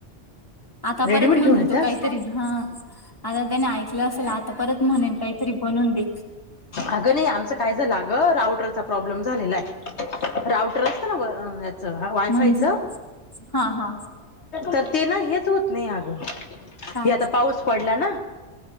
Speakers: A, on the left; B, on the left.
A: आता
B: रेडीमेड
A: परत म्हणेल
B: घेऊन येतास?
A: तो काहीतरी हा आता त्याने ऐकलं असेल आता परत म्हणेल काहीतरी. बनवून दे.
B: अगं नाही आमचं काय ज लाग राऊटरचा प्रॉब्ले लेम झालेला हाय, राऊंटर असत ना वार वायफायच,
A: म्हणजे हा हा
B: तर ते ना हेच होत नाही अग,
A: काय
B: हे आता पाऊस पडला ना.